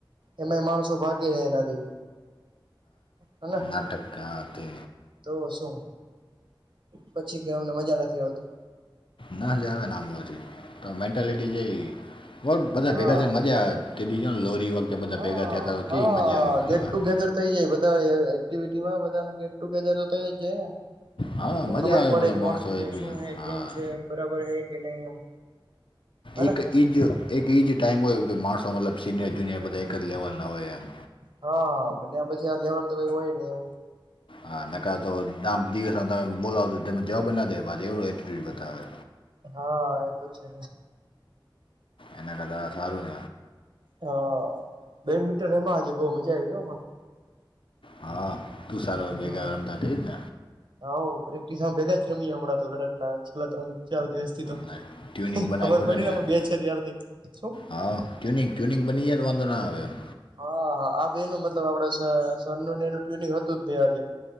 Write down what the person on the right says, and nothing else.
એમાંય માણસો ભાગે એનાથી હેને
તો શું પછી કે અમને મજા નથી આવતી
હા
હા
હા
ગેટ
ટુગેધર થઈ જાય બધા એક્ટિવિટીમાં બધાને ગેટ ટુગેધર તો થઈ જ જાય ને
તો
ખબર
પડે
કોણ
કે
શું હે
કેમ છે બરાબર હે કે નહી એમ હેને
હા બ્યા પછી લેવલ તો કઈ હોય નહી એવું
હા એ તો છે
હા બેડમિન્ટન એમાં આજે બઉ મજા આવી પણ
હમ
હા પ્રેક્ટિસ આ ભેગા જ રમીએ હણાં તો ઘણાટલા છેલ્લા ત્રણ ચારો દિવસ થી તો
ખબર
પડી ને
અમે બે છે ત્યારથી શું
હા હા આ બેનું મતલબ આપડે સનું એનું ટ્યુનિંગ હતું જ ભ આજે